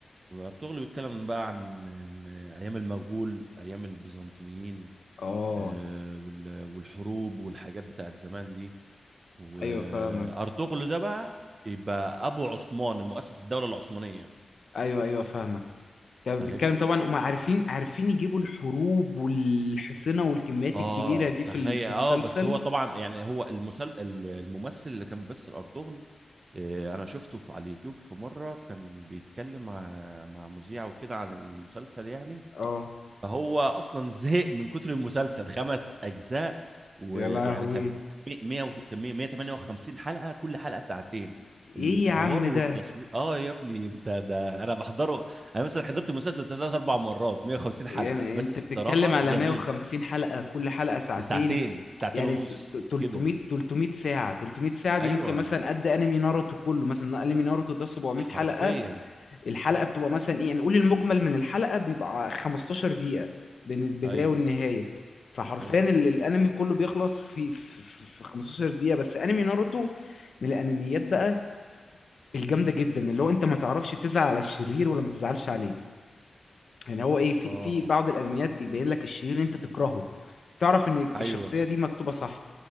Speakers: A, on the right; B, on the left.
A: وارطغرل بيتكلم بقى عن عن ايام المغول ايام البيزنطيين
B: اه
A: آه، وال- والحروب والحاجات بتاعت زمان دي وارطغرل
B: ايوه فاهمك
A: ده بقى يبقى ابو عثمان المؤسس الدوله العثمانيه
B: ايوه ايوه فاهمك ده بيتكلم
A: فاهمني
B: طبعا هم عارفين عارفين يجيبوا الحروب والحصنة والكميات
A: اه
B: الكبيرة دي
A: تخيل
B: في ال- في
A: اه
B: المسلسل
A: بس هو طبعا يعني هو المسل... الممثل اللي كان بيمثل ارطغرل آه، انا شفته في على اليوتيوب في مره كان بيتكلم مع مع مذيع وكده عن المسلسل يعني
B: اه
A: فهو اصلا زهق من كتر المسلسل خمس اجزاء ويعني
B: يا لهوي
A: كان 100 و- كان مية- 158 حلقه كل حلقه ساعتين
B: ايه
A: الحوار
B: يا عم
A: والتصوير
B: ده
A: اه يا ابني انت ده انا بحضره انا مثلا حضرت المسلسل ثلاث اربع مرات 150
B: يعني
A: حلقه بس
B: انت بتتكلم
A: الصراحه
B: على
A: جميل
B: 150 حلقة كل حلقة ساعتين
A: في ساعتين ساعتين
B: يعني
A: ونص
B: ت- ت- 300
A: كده
B: 300 ساعة 300 ساعة دي
A: ايوه
B: ممكن مثلا قد انمي ناروتو كله مثلا انمي ناروتو ده 700
A: حرفيا
B: حلقة الحلقة بتبقى مثلا ايه نقول المجمل من الحلقة بيبقى 15 دقيقة بين البداية
A: ايوه
B: والنهاية فحرفيا
A: حلو
B: ال- الانمي كله بيخلص في في في- في 15 دقيقة بس انمي ناروتو من الانميات بقى الجامدة جدا اللي هو انت ما تعرفش تزعل على الشرير ولا ما تزعلش عليه يعني هو ايه في
A: اه
B: في بعض الانميات يبين لك الشرير اللي انت تكرهه تعرف ان
A: ايوه
B: الشخصية دي مكتوبة صح